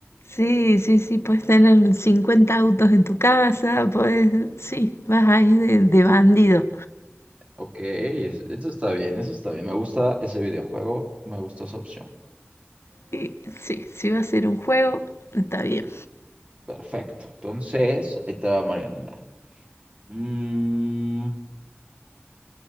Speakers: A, on the left; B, on the right.
A: Sí, sí, sí, puedes tener 50 autos en tu casa, puedes, sí, vas ahí de, de bandido.
B: Ok, es- eso está bien, eso está bien. Me gusta ese videojuego, me gusta esa opción.
A: Y sí, si va a ser un juego, está bien.
B: Perfecto. Entonces, ahí te va Marianela. Mm,